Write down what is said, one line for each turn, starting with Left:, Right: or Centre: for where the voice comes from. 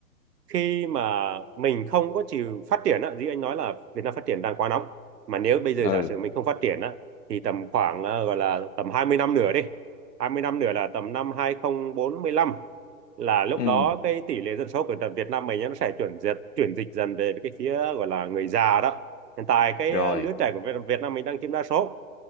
Right: khi mà mình không có chịu phát triển á như anh nói là Việt Nam phát triển đang quá nóng mà nếu bây giờ
Left: ừ
Right: giả sử mình không phát triển á thì tầm khoảng ờ, gọi là tầm 20 năm nữa đi 20 năm nữa là tầm năm hai không bốn lăm là lúc
Left: ừ
Right: đó cái tỷ lệ dân số của tầm Việt Nam mình á, nó sẽ chuyển dịch chuyển dịch dần về cái phía gọi là người già đó hiện tại cái
Left: rồi
Right: ờ, lứa trẻ của Việt Việt Nam mình đang chiếm đa số